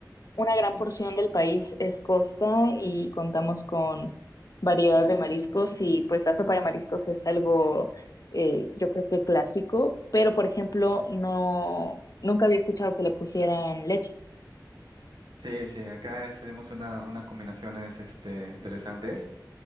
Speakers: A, on the left; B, on the right.
A: Una gran porción del país es costa y contamos con variedad de mariscos y pues la sopa de mariscos es algo eh, yo creo que clásico, pero por ejemplo no nunca había escuchado que le pusieran leche.
B: Sí, sí, acá es- tenemos una, unas combinaciones, este, interesantes.